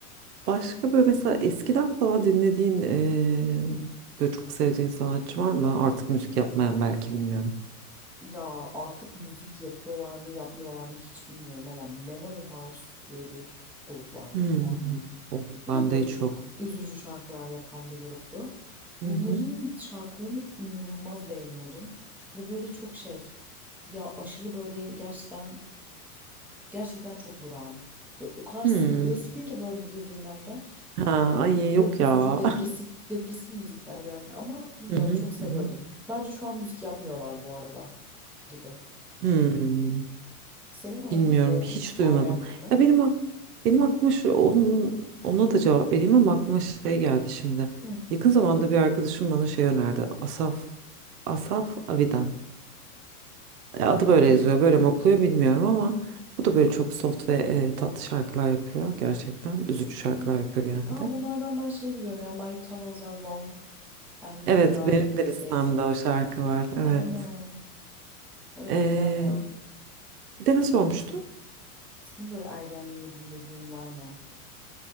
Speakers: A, on the right (about 80°); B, in the centre.
A: Başka böyle mesela eskiden falan dinlediğin e, böyle çok sevdiğin sanatçı var mı? Artık müzik yapmayan belki bilmiyorum.
B: Ya artık müzik yapıyorlar mı yapmıyorlar mı hiç bilmiyorum ama Memory House diye bir grup vardı
A: Hmm.
B: tamam mı?
A: O
B: Bu
A: bende
B: da böyle
A: hiç
B: çok
A: yok.
B: üzücü şarkılar yapan bir gruptu.
A: Hı
B: Bunların
A: hı.
B: şarkılarını inanılmaz beğeniyordum ve böyle çok şey ya aşırı böyle gerçekten gerçekten çok durağan. Ve o kadar
A: Hmm.
B: sıkılırsın <laughs> ki böyle müziği dinlerken
A: Ha, ay
B: böyle
A: yok
B: üzücü
A: ya. <laughs>
B: depresif depresif müzikler yani ama bilmiyorum
A: Hı hı.
B: çok seviyordum.
A: Hı hı.
B: Bence şu an müzik yapmıyorlar bu arada gibi.
A: Hmm.
B: Senin var
A: Bilmiyorum,
B: mı böyle
A: hiç
B: ergenliğinden?
A: duymadım. Ya benim ak- benim aklıma şu, onun, ona da cevap vereyim ama aklıma şey geldi şimdi.
B: Hı.
A: Yakın zamanda bir arkadaşım bana şey önerdi. Asaf Asaf Avidan. E, Adı
B: Ya onu
A: böyle yazıyor,
B: hiç duymadım.
A: böyle mi okuyor bilmiyorum ama bu da böyle çok soft ve e, tatlı şarkılar yapıyor gerçekten. Üzücü şarkılar
B: Hı.
A: yapıyor genelde.
B: Aa bunlardan ben şeyi biliyorum ya My tunnels are long and
A: Evet,
B: dark
A: benim
B: these
A: de listemde
B: days mi?
A: o şarkı var. Evet.
B: Aynen. Evet
A: E,
B: güzel ya.
A: bir de ne sormuştun?
B: Senin böyle ergenliğinde dinlediğin var mı?